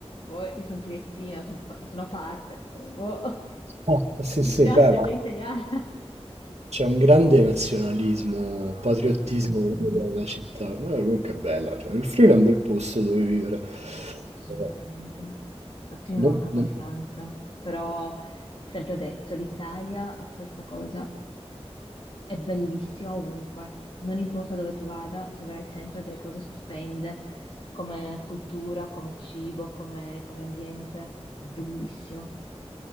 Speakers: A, on the left (about 55°); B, on the right (about 75°).
A: Oh, io sono triestina, son pa- sono a parte, Oh,
B: ah,
A: <laughs>
B: sì,
A: mi
B: sì,
A: dispiace,
B: beh, ma
A: sono italiana.
B: c'è un grande nazionalismo, patriottismo
A: Sì,
B: proprio della città. Eh, comunque è bella, cioè, il Friuli è un bel posto dove vivere.
A: sì, assolutamente.
B: Però
A: Infatti mi manca
B: non-
A: abbastanza,
B: non-
A: però sempre detto, l'Italia ha questa cosa. È bellissima ovunque, non importa dove tu vada, troverai sempre delle cose stupende come cultura, come cibo, come, come ambiente. Bellissimo.